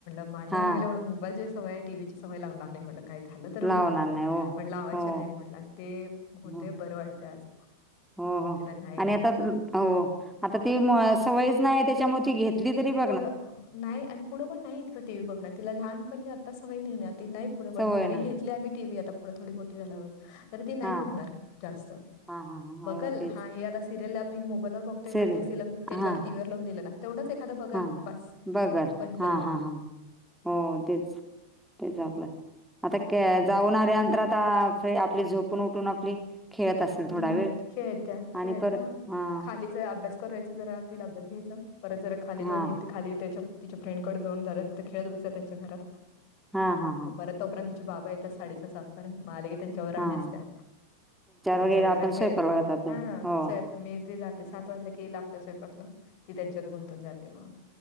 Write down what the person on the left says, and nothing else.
माझ्या
मुलीगीला तेवढं मोबाईलची सवय टी व्ही ची सवय लावणार नाही म्हटलं. काय झालं तरी होऊ
दे म्हटलं.
म्हण लावायच
नाही म्हणलं. आणि ते होतेय
बरं वाटते आज.
तिला नाही
येते.
पुढं नाही आणि पुढं पण नाही इतकं टीव्ही बघण. तिला लहान पणी आत्ता सवय नाही. ती नाही पुढे पण
जरी
घेत घेतली आम्ही टी व्ही पुढं थोडी मोठी झाल्यावर तरी ती नाही
बघणार जास्त.
बघल
हा हे आता सिरियल आप मोबाईलवर बघ ते
ना तेच तीला त्याच्यावर
टीव्हीवर लावून दिलं ना तेवढंच एखादा बघल
बस
बंद
कर म्हणल.
हम्म
खेळत्या खेळत्या
खालीच अभ्यास करायच जरा. तिचा अभ्यास घ्यायच. परत जरा खाली जाऊन
येत. खाली त्याच्या तिच्या फ्रेंडकड जाऊन झालं तिथं खेळत बसत्या त्यांच्या घरात.
मग परत तोपर्यंत तिचे बाबा येतात. साडे सहा -सात पर्यंत म आले की त्यांच्यावर आणि
असत्या. त्यांच्यावर
जरा खेळत
हा
स्वयं मी तेे जाते सात वाजल्या क लागत स्वयंपाकला. ती त्यांच्यात गुंतून जाते मग.